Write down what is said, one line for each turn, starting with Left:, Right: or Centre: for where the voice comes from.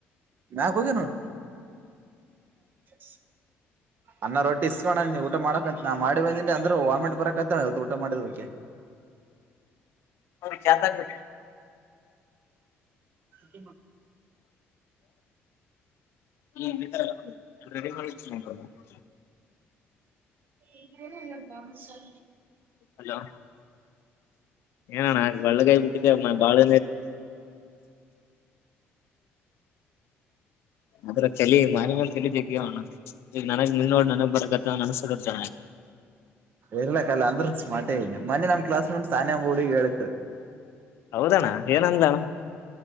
Right: ವಿನಾಯಕ ಹೋಗ ನೋಡ ಸ್ ಅನ್ನ ರೊಟ್ಟಿ ಇಸ್ಕೋಣ ನೀ ಊಟ ಮಾಡಕಕ್ಂತ ನಾ ಮಾಡಿ ಬಂದಿ ಅಂದರು ವಾಮಿಟ್ ಬರಕ್ ತ ಊಟಾ ಮಾಡಕ್ಕೆ
Left: ಅವ್ರ ಕ್ಯಾತಾಗ
Right: ಹ್ಮ
Left: ಹ್ಮ ರೆಡಿ ಮಾಡತೀಟ <unintelligible>
Right: ಇಲ್ಲ ಬ ಶ
Left: ಹಲೋ ಏನಣ ಒಳ್ಳಕಾಯಿ ಬಿಟ್ಟಿದ್ದೆ ಬಾಳ ಅದ್ರ ಕಲಿ ಮಾರ ಕಲಿ ಜಗಣ ಈಗ ನನಗ್ ಮನ್ ನೋಡಿ ನನಗ್ ಬರಕತ್ತ ಅನ್ಸಕತ್ತ
Right: ಇರ್ಲ ಕಲ್ಲ ಅಂದ್ರ ಮಾಡ ಮನೆೆ ನಮ್ ಕ್ಲಾಸ್ ನಂಟ್ ತಾನಂಬೂರ್ ಹೇಳಕ್ು
Left: ಹೌದಣ್ಣ ಏನಂದಣ